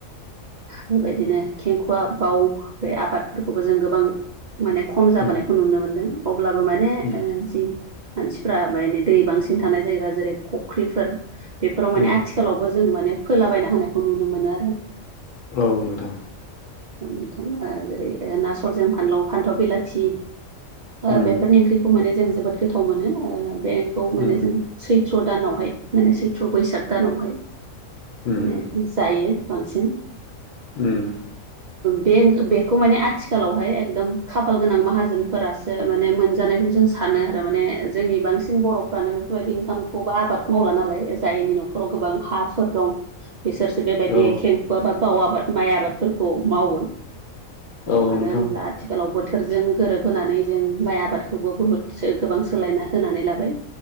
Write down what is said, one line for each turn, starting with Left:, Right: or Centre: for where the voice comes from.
Right: बेबायदिनो खेंखुवा बााव बे आबादफोरखौबो जों गोबां माने खम जाबोनायखौ
Left: उम
Right: नुनो मोनदों अब्लाबो माने
Left: उम
Right: जि मानसिफ्रा ओमफ्राय दै बांसिन थानाय जायगा जेरै फुख्रिफोर बेफोराव माने
Left: उम
Right: आथिखालावबो जों माने फोलाबायना होनायखौ नुनो मोनो आरो
Left: औ नोंथां
Right: नोंथां जेरै नासलजों फानलाव फान्थाव बिलाथि
Left: उम
Right: बेफोरनि ओंख्रिखौ माने जों जोबोद गोथाव मोनो बेखौ माने
Left: उम
Right: जों सैथ्र' दानावहाय माने सैथ्र बैसाग दानावहाय
Left: उम
Right: माने जायो बांसिन
Left: उम
Right: बे बेखौ माने आथिखालावहाय एकदम खाफाल गोनां माहाजोनफोरासो माने मोनजानायखौ जों स सानो आरो माने जोंनि बांसिन बर'फ्रानो बेफोरबायदि इनखामखौ बा आबादखौ मावला नालाय जायैनि नन'ख फोराव गोबां हाफोर दं बिसोरसो बेबायदि
Left: औ
Right: खेंखुा बा बाव आबाद माइ आबादफोरखौ मावो
Left: औ
Right: मानो
Left: नोंथां
Right: होनब्ला आथिखालाव बोथोरजों गोरोबहोनानै जों माइ आबादखौबो बुहुद गोबां सोलायना हो होनानै लाबाय